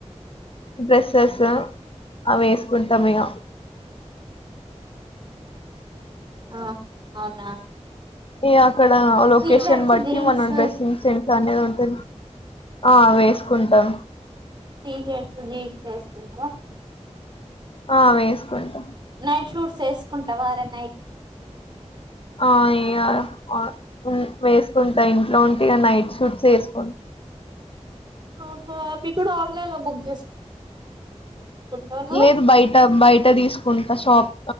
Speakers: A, on the left; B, on the right.
A: డ్రెస్సెస్ అవి వేసుకుంటాం ఇగ
B: ఆ అవునా
A: ఏ అప్ ఇక్కడ లొకేషన్
B: టీ షర్ట్స్
A: బట్టి
B: జీన్స్
A: మనం డ్రెస్సింగ్ సెంట్ సన్నది ఉంటుంది ఆ వేసుకుంటాను
B: టీచర్స్ ది వేసుకుంట్ర
A: ఆ వేసుకుంటాం
B: నైట్ షూట్స్ వేసుకుంటావార నైట్
A: ఆ ఇగ ఆ ఉ వేసుకుంటా ఇంట్లో ఉంటే ఇగ నైట్ సూట్స్ వేసుకు
B: ఆహా అవి కూడా ఆన్లైన్ లో బుక్ చేసుకుంటావా
A: లేదు బయట బయట తీసుకుంటా షాప్